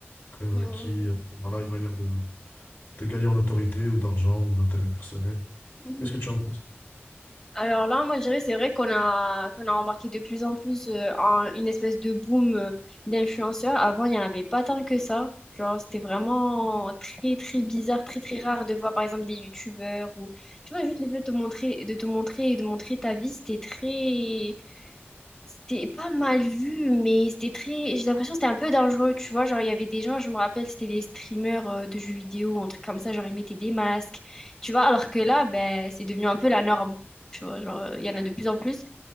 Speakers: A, on the left; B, on the left.
A: que-
B: Mhm.
A: qui, euh, voilà, une manière de, de gagner en autorité ou d'argent ou d'intérêt personnel.
B: Mhm.
A: Qu'est-ce que tu en penses?
B: Alors là, moi, je dirais, c'est vrai qu'on a, qu'on a remarqué de plus en plus euh, un- une espèce de boom euh, d'influenceurs. Avant, il n'y en avait pas tant que ça. Genre, c'était vraiment très, très bizarre, très, très rare de voir, par exemple, des youtubeurs ou, tu vois, juste le fait de te montrer, de te montrer et de montrer ta vie, c'était très, c'était pas mal vu, mais c'était très. J'ai l'impression que c'était un peu dangereux, tu vois. Genre, il y avait des gens, je me rappelle, c'était des streamers euh, de jeux vidéo, ou un truc comme ça. Genre, ils mettaient des masques, tu vois. Alors que là, ben, c'est devenu un peu la norme, tu vois. Genre, euh, il y en a de plus en plus.